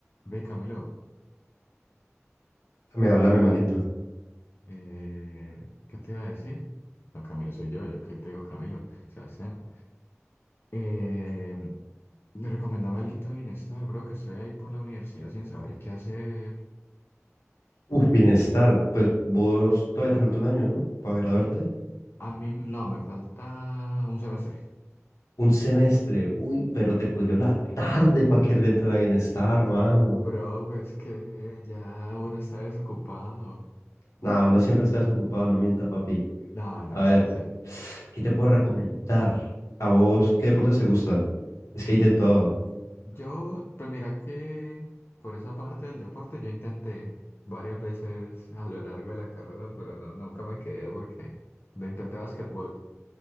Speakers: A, on the left; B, on the left.
A: Ve, Camilo,
B: Me habla mi manito.
A: eh, ¿qué te iba a decir? No, Camilo soy yo, yo qué te digo, Camilo, Sebastián. Eh, le recomendame algo de bienestar, bro, que estoy ahí por la universidad sin saber qué hacer.
B: Uf, bienestar. Pues vos todavía te falta un año, ¿no? Para graduarte.
A: A mí, no, me falta un semestre.
B: Un semestre. Uy, pero te cogió la tarde para querer entrar a bienestar, mano.
A: Bro, pues que ya uno está desocupado.
B: Nada, uno siempre está desocupado, no mienta, papi.
A: No, no
B: A
A: hay chance.
B: ver, <sniffs> ¿qué te puedo recomendar? ¿A vos qué deportes te gustan? Es que hay de todo.
A: Yo, pues mira que por esa parte del deporte yo intenté varias veces a lo largo de la carrera, pero no, nunca me quedé porque lo intenté basquetbol.